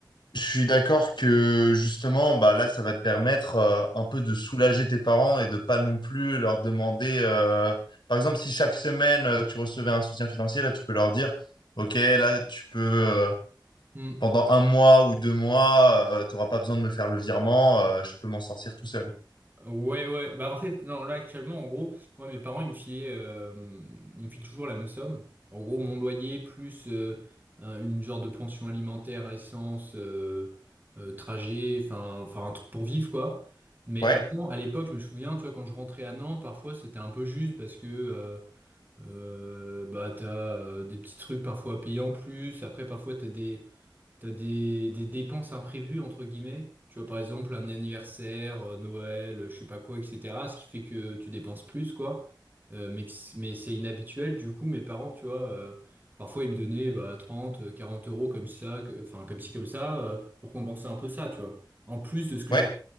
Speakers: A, on the left; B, on the right.
A: je suis d'accord que justement, bah là, ça va te permettre euh, un peu de soulager tes parents et de pas non plus leur demander. euh, Par exemple, si chaque semaine euh, tu recevais un soutien financier, là, tu peux leur dire, OK, là, tu peux euh,
B: Hmm.
A: pendant un mois ou deux mois, euh, tu n'auras pas besoin de me faire le virement, euh, je peux m'en sortir tout seul.
B: Ouais, ouais. Bah, en fait, non, là, actuellement, en gros, moi, mes parents, ils me filaient, euh, ils me filent toujours la même somme. En gros, mon loyer plus euh, un- une genre de pension alimentaire, essence, euh, euh, trajet, enfin, enfin, un truc pour vivre, quoi. Mais
A: Ouais,
B: Ouais. avant, à l'époque, je me souviens, tu vois, quand je rentrais à Nantes, parfois, c'était un peu juste parce que, euh, euh, bah, t'as euh, des petits trucs parfois à payer en plus. Après, parfois, t'as des T'as des, des dépenses imprévues, entre guillemets. Tu vois, par exemple, un anniversaire, euh, Noël, euh, je sais pas quoi, etc. Ce qui fait que tu dépenses plus, quoi. Euh, mais que c- mais c'est inhabituel, du coup, mes parents, tu vois, euh, parfois ils me donnaient bah, 30, euh, 40 euros comme ça, que- enfin, comme ci, comme ça, euh, pour compenser un peu ça, tu vois. En plus de ce que
A: ouais.
B: j'avais